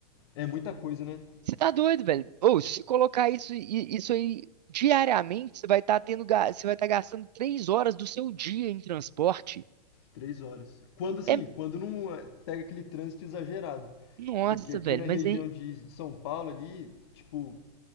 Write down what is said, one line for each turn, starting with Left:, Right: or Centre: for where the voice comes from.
Left: É muita coisa, né?
Right: Você tá doido, velho? Ou se colocar isso, i- isso aí diariamente, você vai estar tendo, ga- você vai estar gastando três horas do seu dia em transporte.
Left: Três horas. Quando assim,
Right: É,
Left: quando não é, pega aquele trânsito exagerado.
Right: nossa,
Left: Porque aqui
Right: velho,
Left: na região
Right: mas aí
Left: de São Paulo ali, tipo,